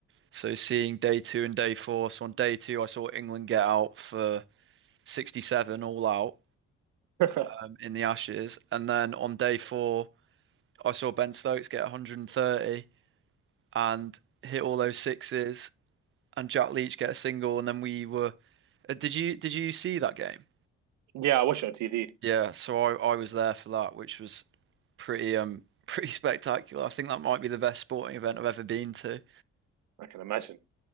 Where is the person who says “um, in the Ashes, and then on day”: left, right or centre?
Right